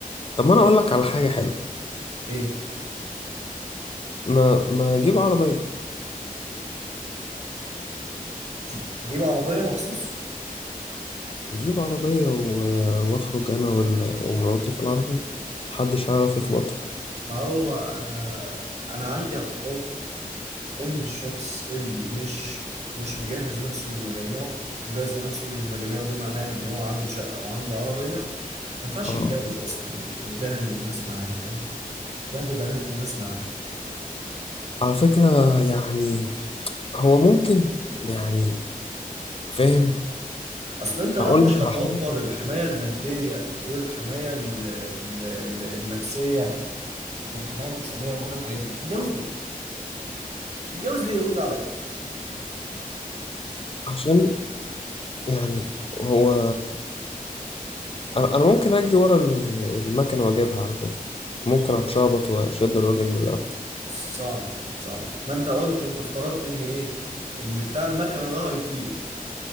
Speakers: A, on the left (about 40°); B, on the right (about 45°).
A: طب ما انا اقول لك على حاجه حلوه
B: إيه
A: ما ما اجيب عربيه
B: ت- تجيب عربية مخصوص
A: اجيب عربيه و- واخرج انا وال- ومراتي في العربيه محدش هيعرف يخبطها
B: ما هو أنا أنا عندي اعتقاد ان الشخص اللي مش مش مجهز نفسه من مجاميعه مجهز نفسه من مجاميعه ده معناها ان هو عنده شقة وعنده عربية ما ينفعش
A: اه
B: يتجوز اصلا وي- ويبهدل الناس معاه فاهم بهدل بنات الناس معاه
A: على فكره يعني هو ممكن يعني فاهم
B: اصل انت لو
A: اقول
B: مش
A: لك
B: هتوفر
A: على حاجه
B: الحماية المادية والحماية ال ال ال النفسية والحماية الأسرية وكل الحاجات دي تتجوز ليه تتجوز ليه يرد عليك
A: عشان يعني هو انا أنا ممكن اجري ورا ال- المكنه واجيبها على فكره ممكن اتشعبط واشد الراجل من القبل
B: صعب صعب ما انت قلت انت افترضت ان ايه ان بتاع المكنة ده هيطير